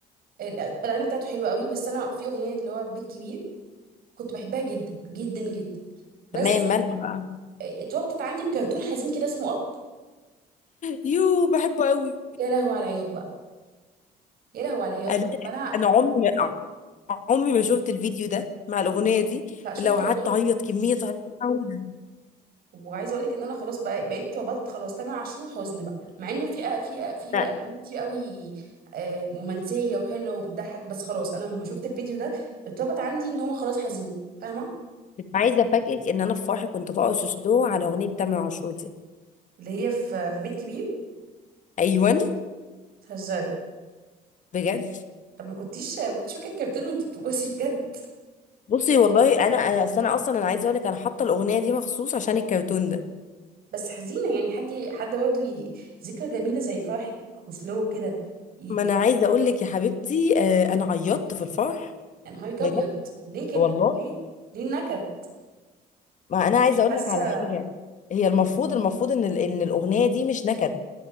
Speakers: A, on the right; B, on the left.
A: ال- الاغاني بتاعته حلوه قوي بس انا في اغنيه اللي هو بيت كبير كنت بحبها جدا جدا جدا بس
B: تمام مالها بقى
A: اتربطت عندي بكرتون حزين كده اسمه اب
B: يو بحبه قوي
A: يا لهوي على العياط بقى يا لهوي على العياط
B: انا
A: بقى فانا
B: انا عمري ما عمري ما شفت الفيديو ده مع الاغنيه دي
A: لا شفته
B: لو قعدت
A: والله
B: اعيط كميه عياط أوي.
A: وعايزه اقول لك ان انا خلاص بقى بقيت ربطت خلاص تامر عاشور حزن بقى مع انه في أ- في أ- في
B: لا
A: اغاني كتير قوي آه، رومانسيه وحلوه وبتضحك بس خلاص انا لما شفت الفيديو ده اتربط عندي ان هو خلاص حزين فاهمه
B: مش عايزه افاجئك ان انا في فرحي كنت برقص سلو على اغنيه تامر عاشور دي
A: اللي هي في في بيت كبير
B: ايوه
A: تهزري
B: بجد
A: طب ما كنتيش ما كنتش فاكره الكرتون وانت بتبصي بجد
B: بصي والله انا انا اصل انا اصلا انا عايزه اقول لك انا حاطه الاغنيه دي مخصوص عشان الكرتون ده
A: بس حزينه يعني حد حد برضه ي- ذكرى جميله زي فرحك وسلو كده ي-
B: ما انا عايزه اقول لك يا حبيبتي آه انا عيطت في الفرح
A: يا نهارك
B: بجد
A: ابيض ليه كده
B: والله
A: طب ليه ليه النكد
B: ما انا عايزه
A: مش
B: اقول
A: حاسه
B: لك على حاجه هي المفروض المفروض ان ال- ان الاغنيه دي مش نكد